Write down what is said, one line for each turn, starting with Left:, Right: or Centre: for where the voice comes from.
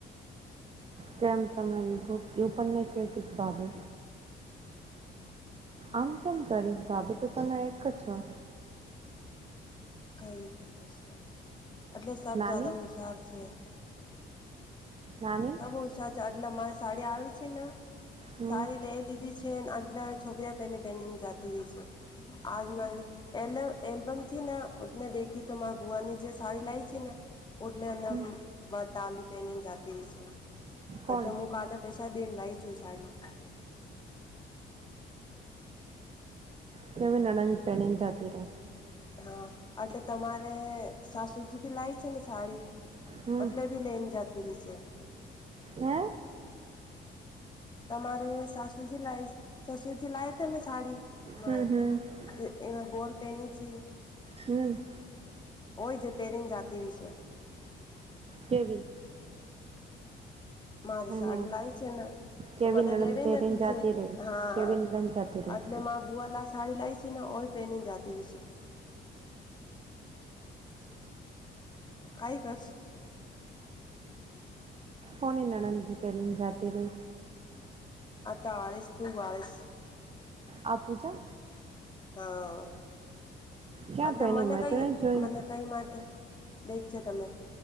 Right: કેમ તમને યુટ્યુબ યુ પણ નહીં કેતી ભાવે આમ કેમ કરીશ ભાભી તો તમે એક જ છો
Left: કઈ વાતો છે એટલે સબ
Right: નાની
Left: જદા હુશાર છે
Right: નાની
Left: સમ સાચ આટલે અમારી સાડી આવી છે ને
Right: હમ
Left: સાડી લઈ લીધી છે છે આજલા છોકરા પહે પહેનેને જાતી રહી છે આજુ બાજુ એ એલ્બમથી ને ને દેખી તો મા ભુવાની જે સાડી લાયી છે ને ઓટલે એને
Right: હમ
Left: બટાલી પેને જતી રહી છે
Right: કોણ
Left: એટલે હું કાલે પૈસા છા દેન લાઈ છું સાડી
Right: કે નડન પેણી ન જતી રે
Left: હા એટલે તમારે સાસુજી બી લાવ છે. ને સાડી
Right: હમ
Left: એટલે બી લઈને જાત ત્રીસેે.
Right: હે
Left: તમારે સાસુજી લાવ સસુરજી લાયા તા ને સાડી?
Right: હમ
Left: મા
Right: હમ
Left: એમાં ગોલ પહેની છ
Right: હમ
Left: હોય જે પેરીન જાતિ ર છે
Right: કેવી
Left: મારી
Right: એને
Left: સાડી લાય છે ને
Right: કેવી
Left: મને
Right: નણંદ
Left: દેવી
Right: પહેરીને
Left: નથી
Right: જાતી
Left: છે
Right: રહી
Left: હા
Right: કેવી નણંદ જાતી રહી
Left: એટલે મા ભુવાલા સાડી લાવ પછીના ઓ પેનિંગ જાતિ રશે કઈ કસ
Right: હણી લડનથી પહેનિંગ જતી રે
Left: અતારસ ત વાિસ
Right: આ પૂજા
Left: હા
Right: ક્યાં
Left: એટલે
Right: પહેરી
Left: મને
Right: મેં
Left: કઈ
Right: તો નહીં જોઈ
Left: મને કઈ વાત દેખજ તમેં